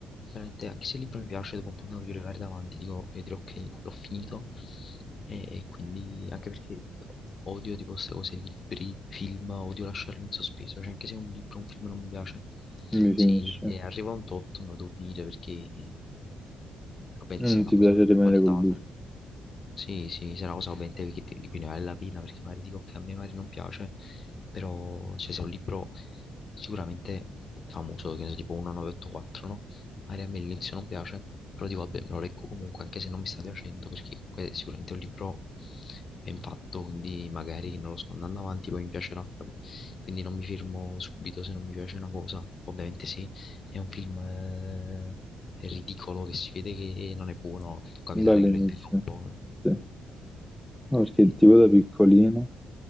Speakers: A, on the left (about 45°); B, in the centre.
A: Veramente, anche se il libro mi piace, dopo un po' mi voglio levare davanti, dico, e dirò ok, l'ho finito. E, e quindi, anche perché odio tipo queste cose, libri, film, odio lasciarli in sospeso. Cioè, anche se un libro, un film non mi piace,
B: non mi finisce.
A: se eh, arriva a un tot, non lo devo finire perché, eh, ovviamente,
B: Non
A: se è
B: ti
A: una cosa
B: piace rimanere
A: di qualità,
B: col dubbio
A: tra- sì, sì, se è una cosa ovviamente che ti- di cui ne vale la pena, perché magari dico che a me magari non piace, però cioè, se è un libro sicuramente famoso, che ne so, tipo 1984, no? Magari a me all'inizio non piace, però dico vabbè, me lo leggo comunque, anche se non mi sta piacendo, perché comunque è sicuramente un libro ben fatto, quindi magari, non lo so, andando avanti poi mi piacerà. Quindi non mi firmo subito se non mi piace una cosa. Ovviamente sì, è un film eh, ridicolo che si vede che non è buono, può capitare
B: dall'inizio.
A: che lo interrompo. eh.
B: Sì. No, Perché
A: Quindi-
B: tipo da piccolino